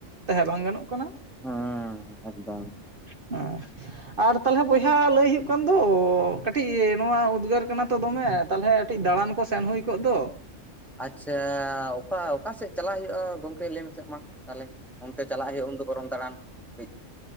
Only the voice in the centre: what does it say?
ᱦᱩᱸ ᱮᱠᱫᱚᱢ ᱾
ᱟᱪᱪᱷᱟ ᱚᱠᱟ ᱚᱠᱟ ᱥᱮᱫ ᱪᱟᱞᱟᱜ ᱦᱩᱭᱩᱜᱼᱟ ᱜᱚᱢᱠᱮ ᱞᱟᱹᱭ ᱢᱮᱥᱮ ᱢᱟ ᱾ ᱛᱟᱦᱚᱞᱮ ᱚᱱᱛᱮ ᱪᱟᱞᱟᱜ ᱦᱩᱭᱩᱜᱼᱟ ᱩᱱᱫᱚ ᱜᱚᱨᱚᱢ ᱫᱟᱬᱟᱱ ᱠᱟᱹᱡ ᱾